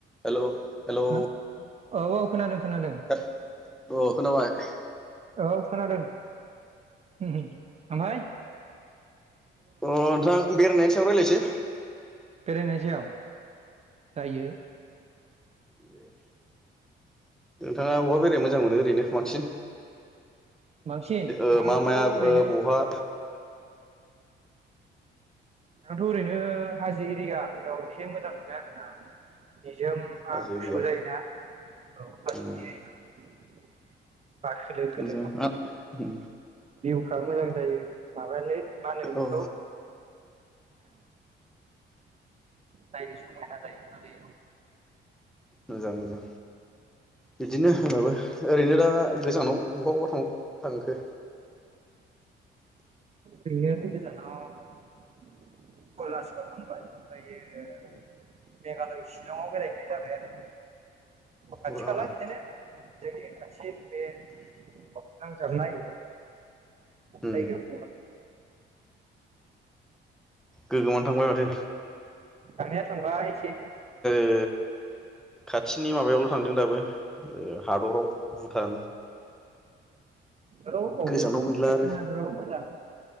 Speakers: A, in the centre; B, on the right.
A: Hello hello.
B: हो औ औ खोनादों खोनादों
A: अ खोनाबाय अ
B: औ खोनादों। उमहो आमाय।
A: अ' नोंथां बेरायनायनि सायाव रायलायसै। <inaudible>
B: बेरायनायनि सायाव। जायो।
A: दे नोंथाङा बहा बेरायनो मोजां मोनो ओरैनो बांसिन?
B: बांसिन
A: ओ
B: आंथ'
A: मामाया
B: ओरैनो
A: ओ बहा
B: आंथ' ओरैनो हाजो एरियायाव एसे मोजां मोनो आरोना। निजोमबा
A: हाजो
B: गुसु
A: एरिया
B: जायोना औ <unintelligible>
A: उम
B: बार खोलो खोलो
A: मोजां
B: नाङो।
A: आ उम
B: भिउफ्रा मोजां जायो माबायानो मा होनो बिखौ?
A: औ
B: नायनो समायना जायो माने।
A: मोजां मोजां बिदिनो आंनाबो ओरैनो दा गोजानाव बहा बहा थां आंगो।
B: बेयोथ गोजानाव अरुणाचलाव थांबाय ओमफ्रायो मेघालय शिलंआव बेरायनाय जाबाय आरो। खाथि
A: बाब
B: खाला बिदिनो। जोंनि खाथि बे नांजाबनाय।
A: उम
B: जायगायाव थांबा
A: गोगोमानो थांबाय माथो।
B: थांनाया थांबाय इसे।
A: ओ खाथिनि माबायावल थांदों दाबो ओ हादराव भुटान।
B: रौ फ्रावबो
A: गोजानाव गैला
B: खाथिनि
A: आरो
B: हादरावबो मोजां।